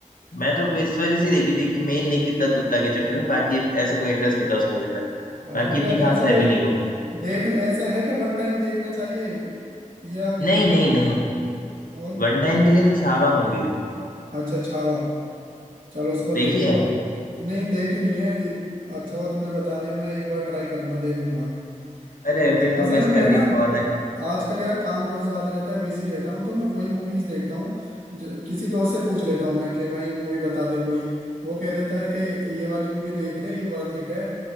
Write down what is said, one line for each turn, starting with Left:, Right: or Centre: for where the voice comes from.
Left: मैं तो इस वजह से ही देखी थी कि मेन नहीं कितना दुत्ता के चक्कर में बाकी ऐसा कोई इंटरेस्ट नहीं था उस मूवी में
Right: अच्छा
Left: बाकी
Right: मतलब
Left: इतनी खास
Right: ऐसा
Left: है
Right: कोई
Left: भी नहीं वो
Right: देख ऐसा है कि वन टाइम देखना चाहिए या बेकार
Left: नहीं नहीं नहीं
Right: है? और
Left: वन टाइम के लिए तो छावा मूवी है
Right: अच्छा छावा चलो उसको देख
Left: देखिए
Right: नहीं देखी नहीं है ये- अच्छा हुआ तूने बता दिया मैं एक बार ट्राई करूंगा देखूंगा
Left: अरे
Right: अ-
Left: फिर तो
Right: असल
Left: मिस
Right: है मैं
Left: कर
Right: ना
Left: दिया बहुत अच्छा
Right: आजकल यार काम बहुत ज्यादा रहता है बिजी रहता हूँ तो मैं वही मूवीज देखता हूँ जो- किसी दोस्त से पूछ लेता हूँ मैं कि भाई मूवी बता दे कोई वो कह देता है कि ये वाली मूवी देख ले ये वर्थ इट है